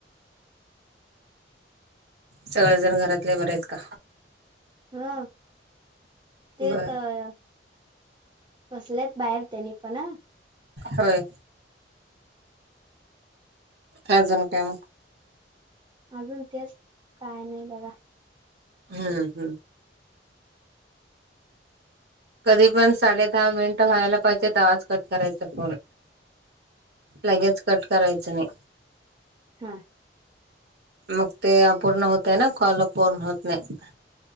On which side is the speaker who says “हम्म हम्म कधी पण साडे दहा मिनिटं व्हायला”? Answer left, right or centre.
Right